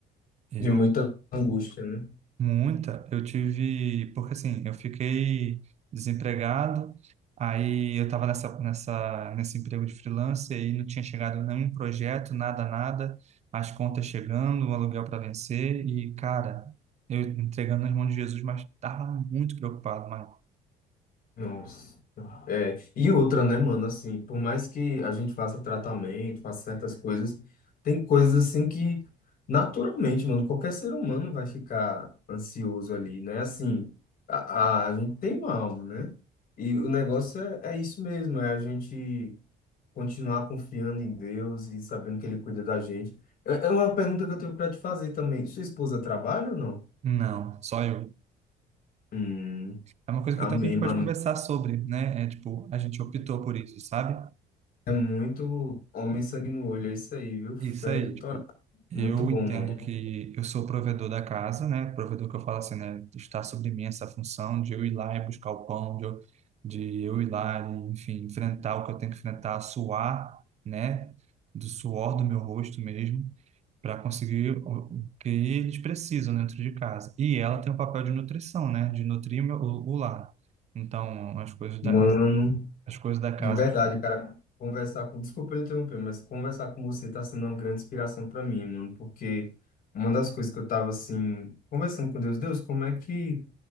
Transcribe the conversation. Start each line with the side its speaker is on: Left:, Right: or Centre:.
Right: Eu
Left: de muita angústia, né?
Right: Muita. Eu tive, porque assim, eu fiquei desempregado, aí eu estava nessa, nessa, nesse emprego de freelance, aí não tinha chegado nenhum projeto, nada, nada, as contas chegando, o aluguel para vencer, e cara, eu entregando nas mãos de Jesus, mas estava muito preocupado, mano
Left: Nossa. É, e outra, né, mano, assim, por mais que a gente faça tratamento, faça certas coisas, tem coisas assim que naturalmente, mano, qualquer ser humano vai ficar ansioso ali, né? Assim, a, a, a gente tem uma alma, né? E o negócio é, é isso mesmo, é a gente continuar confiando em Deus e sabendo que Ele cuida da gente. É é uma pergunta que eu tenho pra te fazer também. Sua esposa trabalha ou não?
Right: não, só eu.
Left: Hum,
Right: É uma coisa
Left: amém,
Right: que até a gente pode
Left: mano.
Right: conversar sobre, né? É tipo, a gente optou por isso, sabe?
Left: É muito homem sangue no olho, é isso aí, viu? Fé
Right: Isso aí,
Left: de torá.
Right: tipo, eu
Left: Muito bom,
Right: entendo
Left: mano.
Right: que eu sou o provedor da casa, né? Provedor que eu falo assim, né? Está sobre mim essa função de eu ir lá e buscar o pão, de eu, de eu ir lá e, enfim, enfrentar o que eu tenho que enfrentar, suar, né? Do suor do meu rosto mesmo, para conseguir o o que eles precisam dentro de casa. E ela tem o papel de nutrição, né? De nutrir o, meu, o, o lar. Então, as coisas da,
Left: Mano,
Right: as coisas da casa.
Left: de verdade, cara, conversar com. Desculpa eu interromper, mas conversar com você tá sendo uma grande inspiração para mim, mano, porque uma das coisas que eu tava assim, conversando com Deus, Deus, como é que